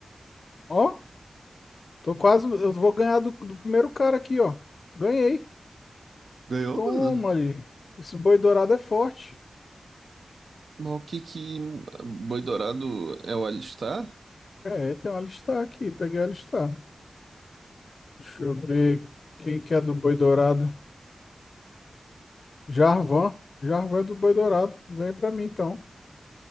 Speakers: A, on the left; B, on the right.
A: Ó. Tô quase. Eu vou ganhar do, do primeiro cara aqui, ó. Ganhei.
B: Ganhou,
A: Toma
B: mano?
A: ali. Esse boi dourado é forte.
B: Mas o que que Boi Dourado é o alistar?
A: É, tem um alistar aqui. Peguei o alistar. Deixa eu ver quem que é do boi dourado. Jarvan. Jarvan é do boi dourado. Vem pra mim então.